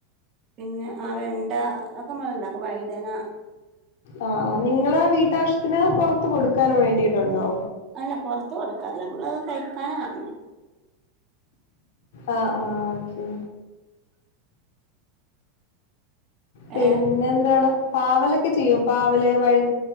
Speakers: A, on the right; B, on the left.
A: പിന്നെ ആ വെണ്ട ഒക്ക നമ്മള് ഇണ്ടാക്കും വയ്തന
B: ആ ആ നിങ്ങളെ വീട്ടാവശ്യത്തിന് പൊറത്ത് കൊടുക്കാൻ വേണ്ടിട്ടുണ്ടോ
A: അല്ല പൊറ്ത്ത് കൊട്ക്കാല്ല നമ്മളത് കഴിക്കാനാ <unintelligible>
B: ആ ആ ഓക്കെ പിന്നെ
A: ഏ
B: എന്താണ് പാവലെക്കെ ചെയ്യോ പാവല് വയ്